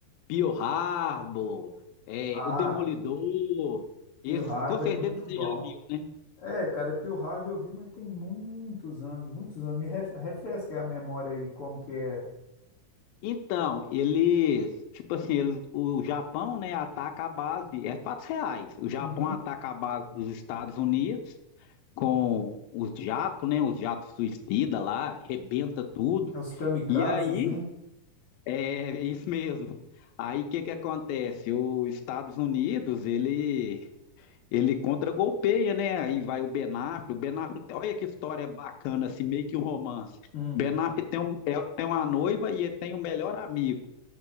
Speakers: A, on the left; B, on the left.
A: Pearl Harbor, é,
B: Ah,
A: O Demolidor. Esses
B: Pearl Harbor
A: com certeza
B: é muito
A: você
B: bom.
A: já viu, né?
B: É, cara, Pearl Harbor eu vi, mas tem muitos anos, muitos anos. Me ref- refresca a memória aí como que era.
A: Então, eles, tipo assim, eles, o Japão, né, ataca a base, é fatos reais. O Japão
B: Uhum.
A: ataca a base dos Estados Unidos com os jatos, né? Os jatos suicida lá, arrebenta tudo.
B: É Os kamikazes,
A: E aí,
B: né?
A: é é isso mesmo. Aí o que que acontece? Os Estados Unidos, ele ele contra-golpeia, né? Aí vai o Ben Affleck, o Ben Affleck, olha que história bacana, assim, meio que um romance.
B: Hum.
A: O Ben Affleck tem, um- é- tem uma noiva e ele tem um melhor amigo.